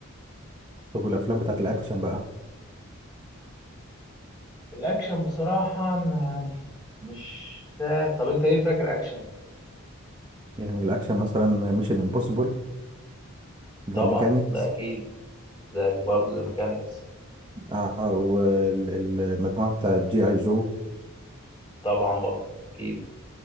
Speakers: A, on the right (about 20°); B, on the left (about 20°).
A: طب والافلام بتاعت الاكشن بقى
B: الأكشن بصراحة ما- مش فا... طب أنت إيه فاكر أكشن؟
A: يعني الاكشن مثلا ميشن امبوسيبل ذا
B: طبعا
A: ميكانيكس
B: ده أكيد ده برضه ذا ميكانيكس
A: اه والمجموعه بتاعت جي اي جو
B: طبعا برضه أكيد